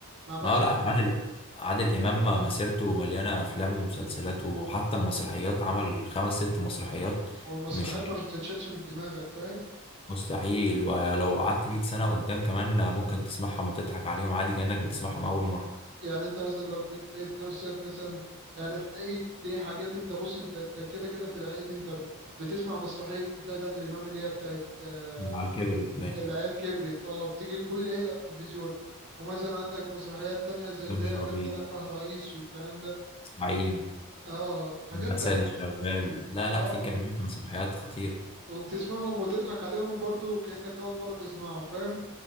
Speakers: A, on the right; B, on the left.
A: ما عملش
B: اه لا
A: حاجه
B: عادل عادل امام مسيرته مليانه افلام ومسلسلات وحتى المسرحيات عمل خمس ست مسرحيات
A: والمسرحيات
B: مم. مش
A: ما بتتشالش من دماغك فاهم
B: مستحيل ولو قعدت 100 سنه قدام كمان ممكن تسمعهم وتضحك عليهم عادي كانك بتسمعهم اول مره
A: يعني انت مثلا لو جيت لقيت نفسك مثلا يعني في العيد دي حاجات انت بص انت انت كده كده في العيد انت ب- بتسمع مسرحية بتاعت عادل امام اللي هي بتاعت آه،
B: على كبر الدنيا
A: العيال كبرت اه بتيجي كل عيد على التلفزيون ومثلا عندك مسرحيات تانية زي اللي
B: مش
A: هي
B: عربي
A: كان طالع فيها الرئيس والكلام ده
B: زعيم
A: اه حاجات
B: محمد سيد
A: حاجات
B: الشغال لا لا
A: اه
B: في كمية مسرحيات خطيرة
A: وبتسمعهم وتضحك عليهم برضو كأنك أول مرة تسمعهم فاهم